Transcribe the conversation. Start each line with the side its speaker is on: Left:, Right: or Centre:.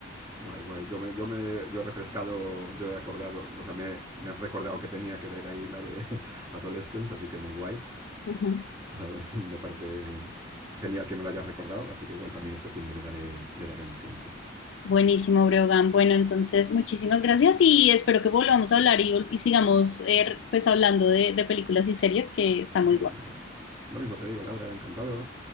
Right: Guay, guay. Yo me, yo me, yo he refrescado, yo he acordado, o sea, me, me has recordado que tenía que ver ahí la de <laughs> Adolescence, así que muy guay.
Left: Ujú.
Right: O sea, <laughs> me parece genial que me lo hayas recordado, así que igual también este fin de le daré, le daré un tiento.
Left: Buenísimo, Breogán. Bueno, entonces, muchísimas gracias y espero que volvamos a hablar y, y sigamos eh, pues hablando de, de películas y series que está muy
Right: Genial.
Left: guay.
Right: Lo mismo te digo, Laura, encantado.